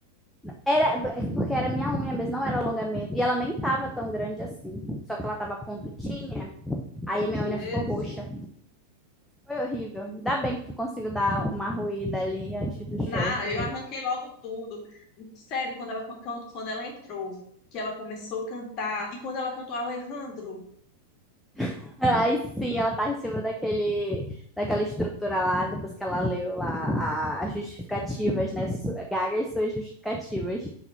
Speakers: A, in the centre; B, on the left.
A: Era é porque era minha unha mesmo, não era alongamento. E ela nem tava tão grande assim. Só que ela tava pontudinha, aí a minha
B: Jesus.
A: unha ficou roxa. Foi horrível. Ainda bem que tu conseguiu dar uma ruída ali antes do
B: Não,
A: show, que
B: eu arranquei logo tudo. Sério, quando ela, quando, quando ela entrou, que ela começou a cantar, e quando ela cantou Alejandro,
A: <laughs> Aí sim, ela tá em cima daquele, daquela estrutura lá, depois que ela leu lá a- as justificativas, né? Su- Gaga e suas justificativas.